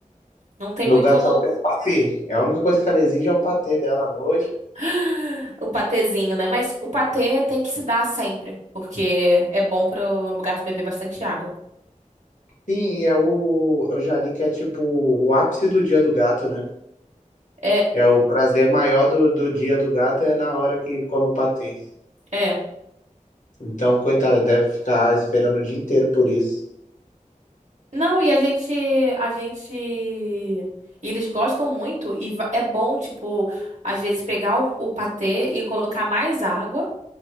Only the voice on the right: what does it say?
Não tem
muito
<gasps> o patezinho, né? Mas o patê tem que se dar sempre, porque é bom para o gato beber bastante água.
É,
é.
Não, e a gente, a gente, e eles gostam muito e va- é bom, tipo, às vezes pegar o, o patê e colocar mais água